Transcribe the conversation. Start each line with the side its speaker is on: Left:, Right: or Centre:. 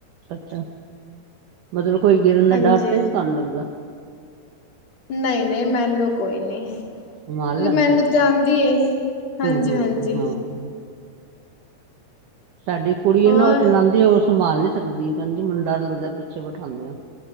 Right: ਅੱਛਾ ਮਤਲਬ ਕੋਈ ਗਿਰਨ ਦਾ
Left: ਹਾਂਜੀ।
Right: ਡਰ ਤੇ ਨਹੀਂ ਤੁਹਾਨੂੰ ਲੱਗਦਾ
Left: ਨਹੀਂ ਨਹੀਂ ਮੈਨੂੰ ਕੋਈ ਨੀ। ਕਿਉਂਕਿ
Right: ਸੰਭਾਲ ਲੈਂਦੇ
Left: ਮੈਨੂੰ ਤੇ ਆਂਦੀ ਏ ਹਾਂਜੀ
Right: ਹੋ ਹਾਂ
Left: ਹਾਂਜੀ
Right: ਹਾਂ ਹਾਂ ਸਾਡੀ ਕੁੜੀ
Left: ਹੋਰ
Right: ਆ ਨਾ ਉਹ ਚਲਾਂਦੀ ਏ ਉਸ ਸੰਭਾਲ ਨੀ ਸਕਦੀ ਹੈ ਕਹਿੰਦੀ ਮੈਨੂੰ ਡਰ ਲੱਗਦਾ ਪਿੱਛੇ ਬਿਠਾਉਂਦੇ ਆ।